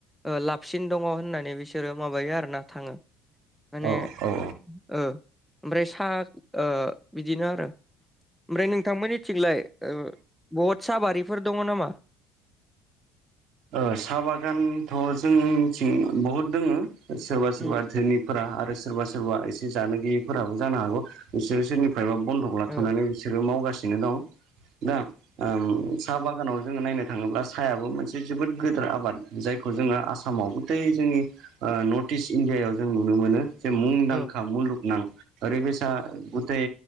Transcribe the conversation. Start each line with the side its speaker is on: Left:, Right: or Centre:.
Centre: ओ लाबसिन दङ' होननानै बिसोरो माबायो आरोना थाङो
Right: औ
Centre: माने
Right: औ
Centre: ओ ओमफ्राय सा ओ बिदिनो आरो। ओमफ्राय नोंथांमोनि थिंलाय? ओ बहद साबारिफोर दङ' नामा?
Right: ओ सा बागानथ' जोंथिं बहद दोङो। सोरबा सोरबा
Centre: उम
Right: धोनिफोरा आथ आरो सोरबा सोरबा एसे जानो गैयिफोराबो जानो हागौ बिसोर सोरनि फायबा बन्दक लाथ'नानै
Centre: ओ
Right: बिसोरो मावगासिनो दं। दा उम साह बागानाव जोङो नायनो थाङोब्ला साहायाबो मोन से जोबोद गोदिर आबाद जायखौ जोङो आसामाव गथै जोंनि औ नर्थ इस्ट इण्डियायाव जों नुनो मोनो। जे मुंदांखा
Centre: ओ
Right: मुलुग नां ओरैबायसा गुथै